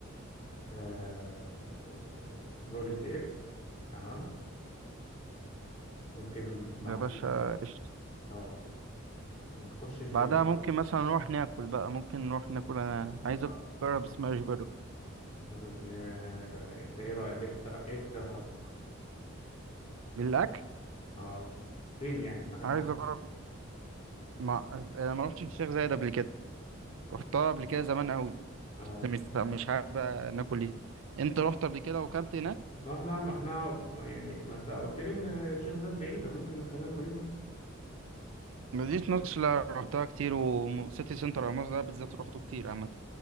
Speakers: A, on the left (about 35°); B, on the right (about 70°).
A: آه، آه، بروجكت اكس تمام ممكن مم. بعديها
B: يا باشا قشطة.
A: اه نخش في فيلمين
B: بعدها ممكن مثلا نروح ناكل بقى ممكن نروح ناكل انا عايز
A: اه
B: اجرب سماش برجر
A: ن- ن- انت ايه رأيك ايه اقتراح- إيه اقتراحاتك
B: للاكل
A: اه فين يعني نك- نكتب
B: عايز اجرب
A: إيه؟
B: ما انا ما رحتش الشيخ زايد قبل كده رحتها قبل كده زمان قوي
A: اه
B: مش مش عارف بقى ناكل ايه انت رحت قبل كده وكلت هناك
A: ما احنا ما احنا ما يعني ما انت قلت لي ان الشيخ زايد بعيدة ممكن نخلينا في مدينة نصر
B: مدينة نصر لا رحتها كتير وسيتي سنتر أو مصر ده بالذات روحته كتير عامة